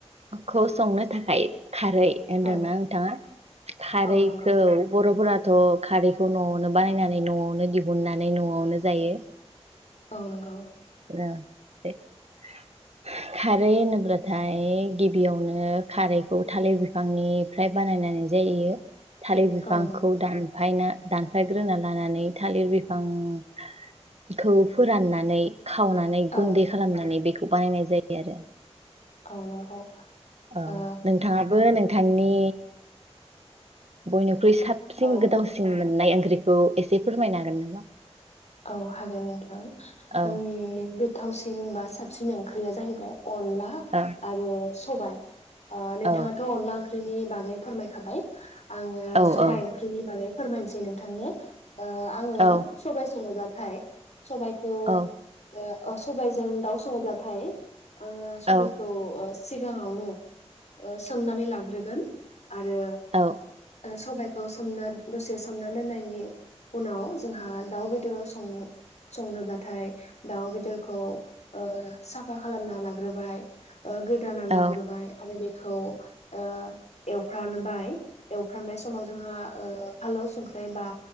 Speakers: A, on the right; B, on the left.
A: खौ संनो थाखाय खारै होनदोंना
B: औ
A: नोंथाङा खारैखौ
B: औ नंगौ
A: बर'फोरा थ' खारैखौ न'आवनो बानायनानै न'आवनो दिहुननानै न'आवनो जायो
B: औ नंगौ
A: औ <unintelligible> खारै होनोब्लाथाय गिबियावनो खारैखौ थालिर बिफांनिफ्राय बानायनानै जायो थालिर बिफांखौ
B: औ नंगौ
A: दानफायना दानफायग्रोना लानानै थालिर बिफांखौ फोराननानै खावनानै
B: औ
A: गुनदै खालामनानै बेखौ खौ बानायनाय जायो आरो
B: औ नंगौ
A: औ ओम
B: ओ
A: नोंथाङाबो नों नोंथांनि बयनो ख्रुय साबसिन
B: औ
A: गोथावसिन मोननाय ओंख्रिखौ एसे फोरमायनो हागोन नामा?
B: औ हागोन नोंथां
A: औ
B: आंनि गोथावसिन बा साबसिन ओंख्रिया जाहैबाय अनला
A: औ
B: आरो सबाइ ओ नोंथाङाथ'
A: औ
B: अनला ओंख्रि नि बागै फोरमायखाबाय आङो
A: औ
B: सबाइ ओंख्रिनि बागै फोरमायनो नोसै नोंथांनो ओ आङो
A: औ
B: सबाइ सङोब्लाथाय सबाइखौ
A: औ
B: ओ ओ सबाइजों दाउ सङोब्लाथाय आङो सबाइखौ
A: औ
B: ओ सिगाङावनो सोमनानै लाग्रोगोन आरो
A: औ
B: सबाइ खौ सोमना दसे सोमना दोननायनि उनाव जोंहा दाउ बेद र संनो संनोब्लाथाय दाउ बेदरखौ ओ साफा खालामना लाग्रोबाय ओ गोदानानै
A: औ
B: लाग्रोबाय आरो बे खौ ओ एवफ्रामबाय एव फ्रामनाय समाव जोंहा ओ फानलौ संख्रि बा